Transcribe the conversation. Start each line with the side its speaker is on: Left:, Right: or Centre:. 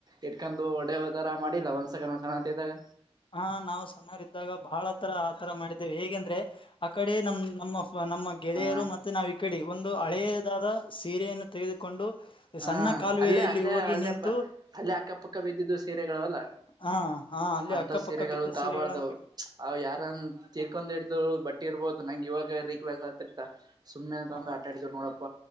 Right: ಇಟ್ಕುಕೊಂಡು ಹೊಡಿಯೋತರ ಮಾಡಿಲ್ಲ ಒಂದ್ಸಕಣ ಸಣಂತ ಇದ್ದಾಗ.
Left: ಹಾ ನಾವು ಸಣ್ಣರ ಇದ್ದಾಗ ಬಹಳ ತರ ಆತರ ಮಾಡಿದ್ದೇವೆ ಹೇಗೆಂದ್ರೆ. ಆ ಕಡೆ ನಮ್ ನಮ್ಮ ನಮ್ಮ ಗೆಳೆಯರು
Right: ಹ
Left: ಮತ್ತೆ ನಾವು ಈಕಡೆ ಒಂದು ಹಳೆಯದಾದ ಸೀರೆಯನ್ನು ತೆಗೆದುಕೊಂಡು.
Right: ಹಾ
Left: ಸಣ್ಣ ಕಾಲುವೆಯಲ್ಲಿ
Right: ಅಲ್ಲೇ ಅಲ್ಲೇ
Left: ಹೋಗಿ
Right: ಅಲ್ಲೇ
Left: ನಿಂತು
Right: ಅಲ್ಲೇ ಅಕ್ಕಪಕ್ಕ ಬಿದ್ದಿದ್ದು ಸೀರೆಗಳು ಅಲ್ಲ.
Left: ಹಾ ಹಾ ಅಲ್ಲೆ
Right: ಅಂತ
Left: ಅಕ್ಕಪಕ್ಕ.
Right: ಸೀರೆಗಳು
Left: ಬಿದ್ದ
Right: ತಾಬಾರ್ದವು.
Left: ಸೀರೆಗಳನ್ನು
Right: ಅವ್ ಯಾರನ್ ತೀರ್ಕೊಂಡ್ ಹಡ್ದ್ ಬಟ್ಟಿ ಇರ್ಬೋದು ನಂಗ್ ಇವಾಗ ರಿಫ್ರೆಶ್ ಆಗ್ತಿರ್ತ. ಸುಮ್ಮನೆ ತಂದು
Left: ಹಾ
Right: ಆಟ ಆಡಿದ್ ನೋಡಪ್ಪ